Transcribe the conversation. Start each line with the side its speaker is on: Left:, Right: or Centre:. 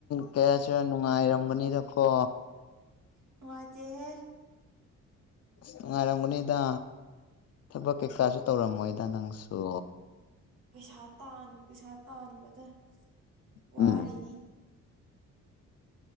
Left: ꯀꯩꯍꯥꯏꯁꯤꯔ ꯅꯨꯡꯉꯥꯏꯔꯝꯒꯅꯤꯗꯀꯣ
Right: ꯅꯨꯡꯉꯥꯏꯇꯦꯍꯦ
Left: ꯅꯨꯡꯉꯥꯏꯔꯝꯒꯅꯤꯗ ꯊꯕꯛ ꯀꯩꯀꯥꯁꯨ ꯇꯧꯔꯝꯃꯣꯏꯗ ꯅꯪꯁꯨ
Right: ꯄꯩꯁꯥ ꯇꯥꯟ ꯄꯩꯁꯥ ꯇꯥꯟꯕꯗ ꯋꯥꯔꯔꯤꯅꯤ
Left: ꯎꯝ